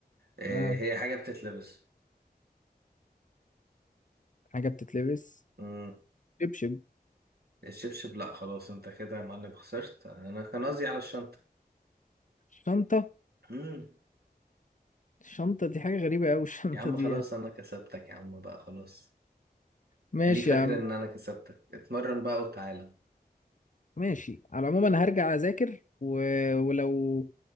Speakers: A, on the right (about 70°); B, on the left (about 50°).
A: آه،
B: آه
A: هي حاجه بتتلبس
B: حاجة بتتلبس
A: مم،
B: شبشب
A: الشبشب لا خلاص انت كده يا معلم خسرت انا كان قصدي على الشنطه
B: شنطة
A: مم،
B: الشنطة دي حاجة غريبة أوي <laughs> الشنطة
A: يا عم
B: دي
A: خلاص
B: يعني.
A: انا كسبتك يا عم بقى خلاص
B: ماشي
A: خليك فاكر
B: يا عم
A: ان انا كسبتك اتمرن بقى وتعالى
B: ماشي على العموم انا هرجع اذاكر و... ولو